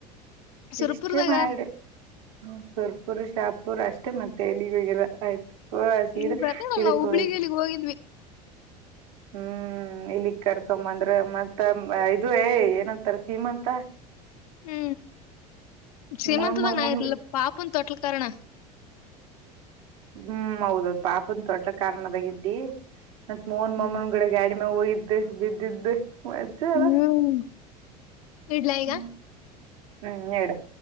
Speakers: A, on the left; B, on the right.
A: ಸುರಪುರದಾಗ
B: ಇಷ್ಟೇ ಮಾಡು ಹ್ಮ ಸುರ್ಪುರ್ ಶಾಪುರ್ ಅಷ್ಟೇ ಮತ್ತೆ ಎಲ್ಲಿಗೂಗಿಲ್ಲ ಆಯ್ತು ಹ ಸೀದಾ
A: ನೀ ಬರ್ಲಿಲ್ಲಲ್ಲ
B: ಇದುಕೋಗಿ
A: ಹುಬ್ಳಿಗ್ ಎಲ್ಲಿಗ್ ಹೋಗಿದ್ವಿ
B: ಹೂ ಇಲ್ಲಿಗ್ ಕರ್ಕೊ ಬಂದ್ರೆ ಮತ್ತ ಇದು ಏ ಏನಂತಾರ ಸೀಮಂತ
A: ಹೂ ಶ್ರೀಮಂತದಾಗ
B: ಮೋನ್ ಮಾಮೂನ್
A: ನಾನಿರಿಲ್ಲ ಪಾಪುನು ತೊಟ್ಲ ಕಾರಣ
B: ಹ್ಹೂ ಹೌದೌದ್ ಪಾಪನ್ ದೊಡ್ಡ ಕಾರಣದಾಗ ಇದಿದ್ದಿ ಮತ್ ಮೋನ್
A: ಹ್ಮ್
B: ಮಮ್ಮನ ಗಿಡ ಗಾಡಿ ಹೋಗಿದ್ದೆ ಬಿದ್ದಿದ್ದು ಮಜಾ ಅಲ್ಲ
A: ಹ್ಮ್ ಇಡ್ಲಾ ಈಗ?
B: ಹೂ ಹೂ ಹೇಳಡ